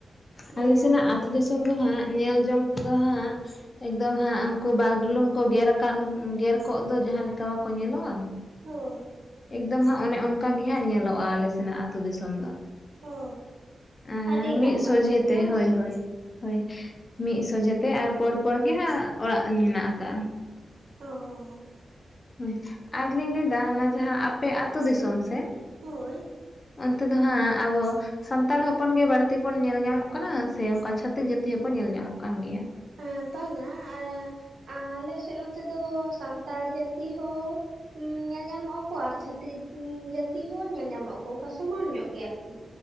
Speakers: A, on the right (about 70°); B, on the left (about 30°).
A: ᱧᱮᱞ
B: ᱟᱞᱮ
A: ᱧᱟᱢᱚᱜᱼᱟ
B: ᱥᱮᱱᱟᱜ ᱟᱹᱛᱩ
A: ᱪᱤᱛᱟᱹᱨ
B: ᱫᱤᱥᱚᱢ
A: ᱠᱚ
B: ᱫᱚ ᱦᱟᱸᱜ ᱧᱮᱞ ᱡᱚᱝ ᱛᱮᱫᱚ ᱦᱟᱸᱜ ᱮᱠᱫᱚᱢ ᱦᱟᱸᱜ ᱩᱱᱠᱩ ᱵᱟᱜᱰᱩᱞᱩᱝ ᱠᱚ ᱜᱮᱨ ᱟᱠᱟᱱ ᱜᱮᱨ ᱠᱚᱜ ᱫᱚ ᱡᱟᱸᱦᱟ ᱞᱮᱠᱟ ᱵᱟᱠᱚ ᱧᱮᱞᱚᱜᱼᱟ
A: ᱦᱳᱭ
B: ᱮᱠᱫᱚᱢ ᱦᱟᱸᱜ ᱚᱱᱮ ᱚᱱᱠᱟ ᱜᱮ ᱦᱟᱸᱜ ᱧᱮᱞᱚᱜᱼᱟ ᱟᱞᱮ ᱥᱮᱱᱟᱜ ᱟᱛᱳ ᱫᱤᱥᱚᱢ ᱫᱚ
A: ᱚ
B: ᱮᱸ
A: ᱟᱹᱰᱤ
B: ᱢᱤᱫ
A: ᱱᱟᱯᱟᱭ
B: ᱥᱚᱡᱷᱮ
A: ᱛᱟᱦᱚᱞᱮ
B: ᱛᱮ
A: ᱵᱟᱝ
B: ᱦᱳᱭ
A: ᱥᱮ
B: ᱦᱳᱭ ᱦᱳᱭ ᱢᱤᱫ ᱥᱚᱡᱷᱮ ᱛᱮ ᱟᱨ ᱯᱚᱨ ᱯᱚᱨ ᱜᱮ ᱦᱟᱸᱜ ᱚᱲᱟᱜ ᱢᱮᱱᱟᱜ ᱟᱠᱟᱜᱼᱟ
A: ᱚᱸ
B: ᱦᱩᱸ ᱟᱨᱞᱤᱧ ᱞᱟᱹᱭᱫᱟ ᱚᱱᱟ ᱡᱟᱦᱟᱸ ᱟᱯᱮ ᱟᱹᱛᱳ ᱫᱤᱥᱚᱢ ᱥᱮᱫ
A: ᱦᱳᱭ
B: ᱚᱱᱛᱮ ᱫᱚ ᱦᱟᱸᱜ ᱟᱵᱚᱼᱼ ᱥᱟᱱᱛᱟᱲ ᱦᱚᱯᱚᱱ ᱜᱮ ᱵᱟᱹᱲᱛᱤ ᱵᱚᱱ ᱧᱮᱞ ᱧᱟᱢᱚᱜ ᱠᱟᱱᱟ ᱥᱮ ᱚᱱᱠᱟ ᱪᱷᱟᱛᱤᱠ ᱡᱟᱹᱛᱤ ᱦᱚᱸᱠᱚ ᱧᱮᱞ ᱧᱟᱢᱚᱜ ᱠᱟᱱ ᱜᱮᱭᱟ
A: ᱮᱸ ᱵᱟᱝᱼᱟ ᱟᱨᱼᱼ ᱟᱞᱮ ᱥᱮᱫ ᱱᱚᱛᱮ ᱫᱚ ᱥᱟᱱᱛᱟᱲ ᱡᱟᱹᱛᱤ ᱦᱚᱸᱼᱼ ᱧᱮᱞ ᱧᱟᱢᱚᱜ ᱟᱠᱚ ᱟᱨ ᱪᱷᱟᱛᱤᱠ ᱡᱟᱛᱤ ᱦᱚᱸ ᱧᱮᱞ ᱧᱟᱢᱚᱜ ᱟᱠᱚ ᱚᱱᱠᱟ ᱥᱚᱢᱟᱱ ᱧᱚᱜ ᱜᱮ ᱟᱨᱠᱤ